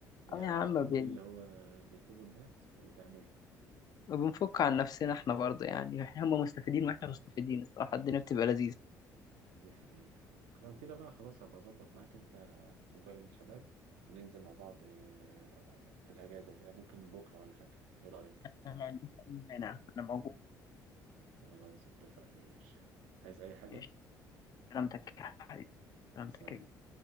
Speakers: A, on the right; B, on the left.
A: يعني
B: اه
A: على
B: يا
A: عارفين
B: عم بن-
A: ايه اللي هو بيطلبوا الناس وتعمله
B: بنفك عن نفسنا احنا برضه يعني هم مستفيدين واحنا مستفيدين الصراحة الدنيا بتبقى لذيذة
A: دي حقيقه لو كده بقى خلاص هبقى اظبط معاك انت وباقي الشباب وننزل مع بعض آه، في الاجازه كده ممكن بكره ولا حاجه ايه رايك
B: انا ما عنديش أي مانع انا موجود
A: خلاص اتفقنا يا باشا عايز اي حاجه
B: ماشي سلامتك يا حبيبي
A: طيب،
B: سلامتك
A: سلام
B: يا